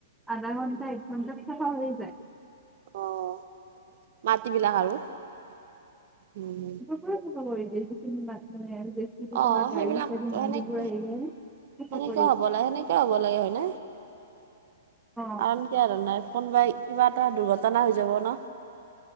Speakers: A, in the centre; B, on the right.
A: আধা ঘণ্টা এক ঘণ্টাত চফা হৈ যায় <unintelligible>
B: অ' মাট বিলাক আৰু উম উম।
A: <unintelligible> কি তোমাৰ গাড়ী
B: অ
A: চি
B: সেইবিলাক
A: মানুহবোৰ
B: সেনেকে
A: আহা কৰিছে
B: সেনেকুৱা
A: <inaudible>
B: হ'ব লাগে সেনেকুৱা হ'ব লাগে হয় ন?
A: অ
B: কাৰণ কিয় জানা কোনোবাই কিবা এটা দুৰ্ঘটনা হৈ যাব ন।